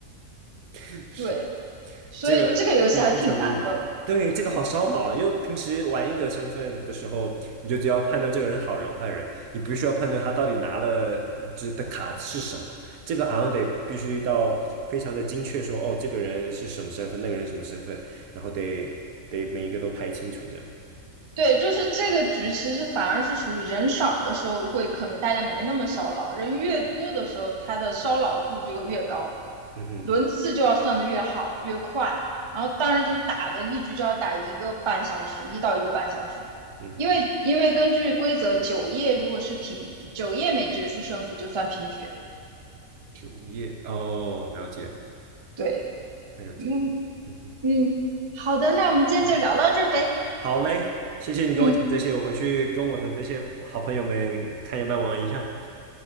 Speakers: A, on the right (about 75°); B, on the right (about 35°).
A: <laughs> 是。
B: 对，所以这个游戏还挺难的。
A: 这个这个非常对，这个好烧脑啊！因为平时玩一个身份的时候，你就只要判断这个人是好人坏人，你不需要判断他到底拿了就是的卡是什么。这个好像得必须到非常的精确说，哦，这个人是什么身份，那个人是什么身份，然后得得每一个都排清楚这样。
B: 对，就是这个局，其实反而是属于人少的时候会可能大家没那么烧脑，人越多的时候，他的烧脑度就会越高，
A: 嗯哼，
B: 轮次就要算的越好越快，然后当然就打的一局就要打一个半小时，一到一个半小时，
A: 嗯哼，
B: 因为因为根据规则，九页如果是平，九页没决出胜负就算平局。
A: 主页哦，了解，
B: 对，
A: 还有这个，
B: 嗯
A: 嗯哼，
B: 嗯，好的，那我们今天就聊到这儿呗。
A: 好，好嘞，谢谢你跟我讲这些，
B: 嗯，
A: 我回去跟我的这些好朋友们看要不要玩一下。